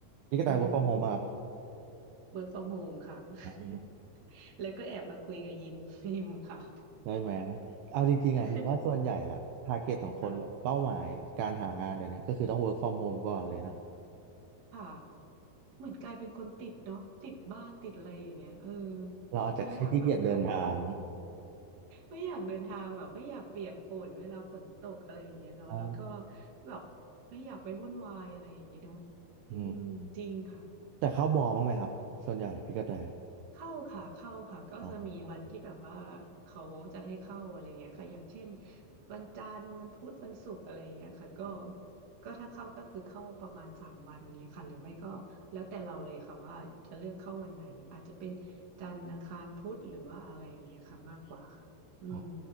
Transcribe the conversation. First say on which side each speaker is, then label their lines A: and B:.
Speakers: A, on the right; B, on the right.
A: พี่กระแต
B: เอืม
A: work from home ป่ะครับ
B: work from home ค่ะ
A: อ่า
B: <laughs> แล้วก็แอบมาคุยกับยิม <laughs> ยิมค่ะ
A: ได้ไหมเอาจริงๆอ่ะหิมว่าส่วนใหญ่อ่ะทาร์เก็ตของคนแบบเป้าหมายการหางานเดี๋ยวนี้ก็คือต้อง
B: <laughs> ค่ะ
A: work from home ก่อนเลยนะ
B: ค่ะเหมือนกลายเป็นคนติดเนาะติดบ้านติดอะไรอย่างเงี้ยเออ
A: เราอาจจะแค่ขี้เกียจเดินทาง
B: ไม่อยากแบบเข้าออฟไม่อยากเดินทางแบบไม่อยากเปียกฝนเวลาฝนตกอะไรอย่างเงี้ยเนาะแล้วก็
A: <laughs> อ่า
B: แบบไม่อยากไปวุ่นวายอะไรอย่างเงี้ยเนาะ
A: อืม
B: อืมจริงค่ะ
A: แต่เข้าบอบ้างไหมครับ ส่วนใหญ่พี่กระแต
B: เข้าค่ะเข้าค่ะก็จะมีวันที่แบบว่าเขาจะให้เข้าอะไรเงี้ยค่ะอย่างเช่น
A: อ๋อ
B: วันจันทร์วันพุธวันศุกร์อะไรเงี้ยค่ะก็ก็ถ้าเข้าก็คือเข้าประมาณสามวันเงี้ยค่ะหรือไม่ก็แล้วแต่เราเลยค่ะว่าจะเลือกเข้าวันไหนอาจจะเป็นจันทร์อังคารพุธหรือว่าอะไรอย่างเงี้ยค่ะมากกว่าค่ะอืม
A: อ๋อ